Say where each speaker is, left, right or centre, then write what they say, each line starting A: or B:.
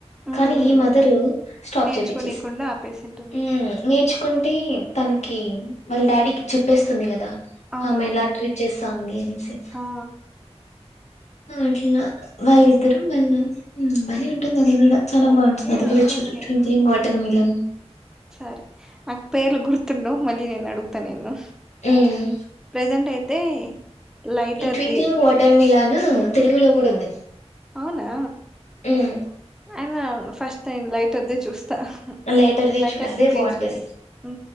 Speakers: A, in the centre; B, on the left.
A: ఉమ్
B: కానీ
A: ఉమ్
B: ఈ మదర్ స్టాప్
A: నేర్చుకోనీకుండా
B: చేపించేసింది
A: ఆపేసింటుంది
B: ఉ నేర్చుకుంటే తనకి వాళ్ళ డాడీకి చెప్పేస్తుంది కదా
A: అవును
B: ఆమె ఎలా ట్రీట్ చేస్తఉంది అనేసి
A: ఆ
B: అట్లా వాళ్ళిద్దరం వాళ్ళ బలే ఉంటుంది అది కూడా చాల
A: ఓకే
B: బాగుంటుంది అది
A: ఓకేలే
B: కూడా చు ట్విక్లింగ్
A: ఉమ్
B: వాటర్ మిలన్
A: సరే నాకు పేర్లు గుర్తుండవు మళ్ళీ నేను అడుగుతా నిన్ను
B: హ్మ్.
A: ప్రెజెంట్ అయితే లైటర్ది
B: ఈ ట్వింక్లింగ్ వాటర్ మిలాన్ తెలుగులో కూడా ఉంది
A: అవునా
B: హ్మ్.
A: అయన ఫస్ట్ టైన్ లైట్ పెద్దది చూస్తా
B: లైటర్‌ది
A: లైక్
B: చూడు
A: హదే
B: అదే
A: ప్రిన్సెస్
B: బావుంటుంది.
A: ఉ